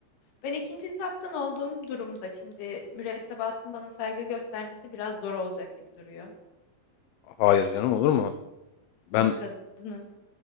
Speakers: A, on the left (about 65°); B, on the left (about 80°).
A: Ben ikinci kaptan olduğum durumda şimdi mürettebatın bana saygı göstermesi biraz zor olacak gibi duruyor.
B: Hayır canım olur mu? Ben
A: Ama kadınım.